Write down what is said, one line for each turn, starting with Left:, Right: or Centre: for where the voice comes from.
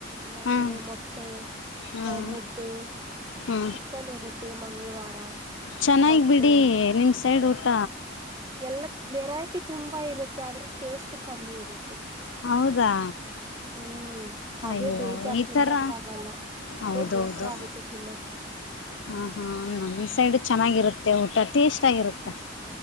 Right: ಇಲ್ಲಾಂದ್ರೆ
Left: ಹಾಂ
Right: ಮೊಟ್ಟೆ
Left: ಹಾಂ
Right: ಆ ಮುದ್ದೆ
Left: ಹ್ಞೂ
Right: ಚಿಕ್ಕನ್ ಇರುತ್ತೆ ಮಂಗಳವಾರ.
Left: ಚೆನ್ನಾಗಿ
Right: ಮತ್ತೆ
Left: ಬಿಡಿ ನಿಮ ಸೈಡ್ ಊಟ
Right: ಎಲ್ಲಾ ವೆರೈಟಿ ತುಂಬ ಇರುತ್ತೆ ಆದರೆ ಟೇಸ್ಟ್ ಕಮ್ಮಿ ಇರುತ್ತೆ.
Left: ಹೌದಾ!
Right: ಹ್ಮ್ ಅದೇ
Left: ಅಯ್ಯೋ
Right: ಬೇಜಾರ್
Left: ಈ
Right: ತಿನ್ನಕ್ಕ
Left: ತರ
Right: ಆಗಲ್ಲ ಅದೇ
Left: ಹೌದೌದು
Right: ಬೇಸರ ಆಗುತ್ತೆ ತಿನ್ನಕ್ಕೆ
Left: ಹ, ಹಾ ನಮ್ಸೈಡು ಚೆನ್ನಾಗಿರುತ್ತೆ ಊಟ ಟೇಸ್ಟ್ಗಾಗಿರುತ್ತೆ.